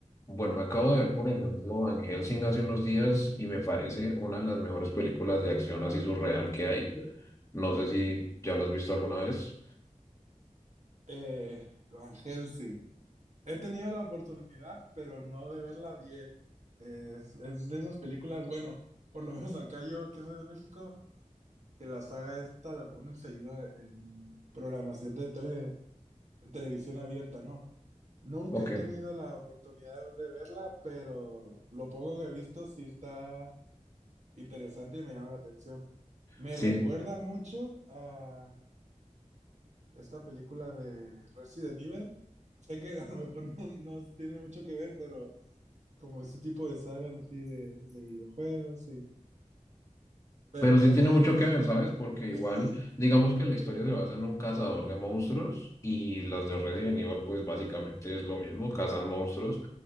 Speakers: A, on the left; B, on the right.
A: Bueno, me acabo de ver, por ejemplo, Van Helsing hace unos días y me parece una de las mejores películas de acción así surreal que hay. No sé si ya la has visto alguna vez.
B: Eh, Van Helsing. He tenido la oportunidad, pero no de verla bien. Es, es de esas películas, bueno, por lo menos acá yo, que soy de México, que la saga esta la ponen seguida en programación de tele, de televisión abierta, ¿no? Nunca
A: Ok,
B: he tenido la oportunidad de verla, pero lo poco que he visto sí está interesante y me llama la atención. Me
A: sí.
B: recuerda mucho a esta película de Resident Evil, Sé que a lo mejor <laughs> no, no tiene mucho que ver, pero como ese tipo de sagas así de, de videojuegos y... Pero
A: Pero
B: no
A: sí tiene
B: sé,
A: mucho
B: pues
A: que ver, ¿sabes? Porque igual,
B: <laughs>
A: digamos que la historia se basa en un cazador de monstruos y las de Resident Evil, pues básicamente es lo mismo, cazan monstruos,